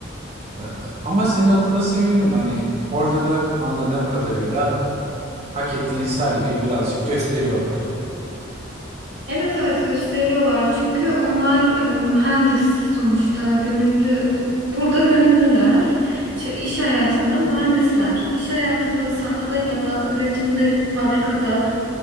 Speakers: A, on the right; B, on the right.
A: Ee, Ama senin adına sevindim. Hani orada da anladığım kadarıyla hak ettiğin saygıyı birazcık gösteriyorlar.
B: Evet evet gösteriyorlar. Çünkü onlar e, mühendis sonuçta gönüllü burada gönüllüler. Ç- iş hayatında mühendisler. İş hayatında sahada ya da üretimde, fabrikada